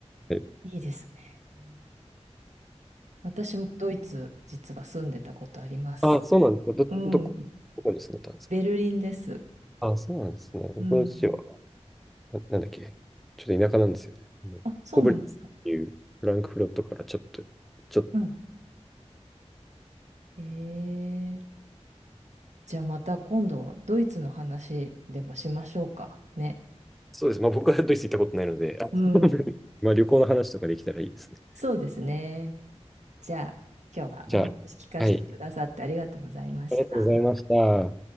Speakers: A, in the centre; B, on the right.
A: はい、
B: いいですね。うん私もドイツ、実は住んでたことあります。
A: あ、そうなんですか。ど、
B: うん。
A: どこ、どこに住んでたんですか
B: ベルリンです。
A: あ、そうなんですね。僕の父は、
B: うん。
A: な、なんだっけ、ちょっと田舎なんですよね。あのコブレンツっていうフランクフルトからちょっと、
B: あ、そうなんですか。
A: ちょっ
B: うんえー、じゃあまた今度ドイツの話でもしましょうかね。
A: そうですね。まあ、僕はドイツ行ったことないので、あ
B: うん。
A: <laughs> まあ、旅行の話とかできたらいいですね。
B: そうですね。じゃあ今日はお話聞かせてくださってありがとうございました。
A: じゃあ、はい。ありがとうございました。